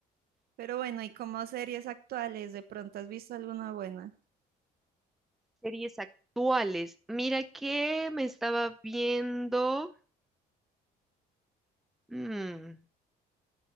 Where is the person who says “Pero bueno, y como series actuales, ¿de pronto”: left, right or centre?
Right